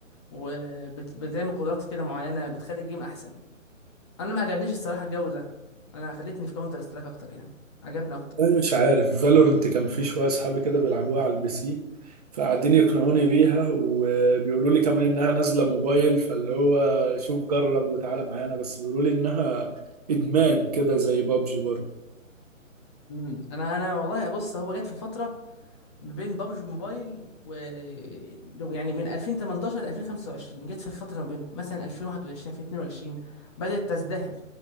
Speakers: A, on the left; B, on the right.
A: وبتعمل قدرات كده معينه بتخلي الجيم احسن انا ما عجبنيش الصراحه الجو ده انا خلتني في كاونتر سترايك اكتر يعني عجبني اكتر
B: انا مش عارف فالورنت كان في شويه اصحابي كده بيلعبوها على البي سي فقاعدين يقنعوني بيها وبيقولوا لي كمان انها نازله موبايل فاللي هو شوف جرب وتعالى معانا بس بيقولوا لي انها ادمان كده زي بابجي برضه
A: امم انا انا والله بص هو جت في فتره ما بين بابجي موبايل و لو- يعني من 2018 ل 2025 جت في فتره ما بينهم مثلا 2021 2022 بدات تزدهر